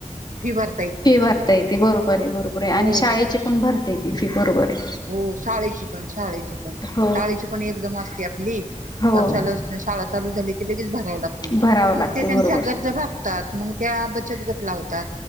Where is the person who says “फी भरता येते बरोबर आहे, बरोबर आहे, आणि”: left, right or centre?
Left